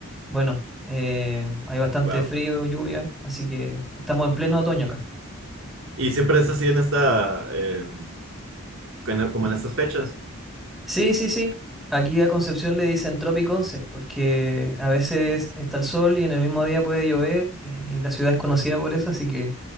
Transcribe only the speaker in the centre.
bueno, eh, hay bastante
frío, lluvia, así que estamos en pleno otoño acá.
Sí, sí, sí. Aquí a Concepción le dicen Tropic 11, porque a veces está el sol y en el mismo día puede llover y, y la ciudad es conocida por eso, así que